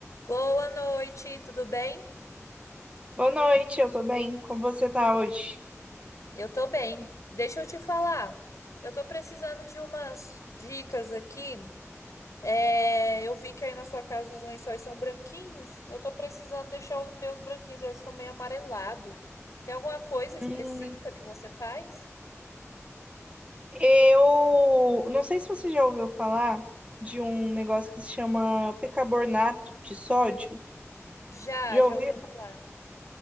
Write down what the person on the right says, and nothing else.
Boa noite, eu tô bem. Como você tá hoje?
Hum,
Eu não sei se você já ouviu falar de um negócio que se chama bicarbonato de sódio.
Já
ouviu?